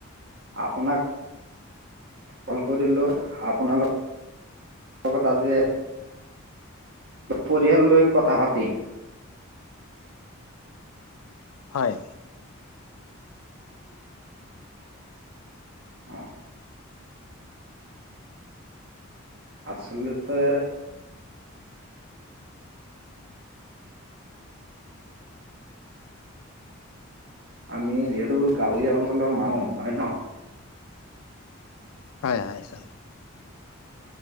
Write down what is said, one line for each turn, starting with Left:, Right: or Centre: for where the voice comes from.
Right: আপোনাক কল কৰিলো আপোনা লগত আজি পৰিয়াল লৈ কথা পাতিম।
Left: হয়।
Right: <unintelligible> <unintelligible> অ আচলতে আমি যিহেতু গাঁৱলীয়া অঞ্চলৰ মানুহ হয় ন।
Left: হয় হয় চাৰ।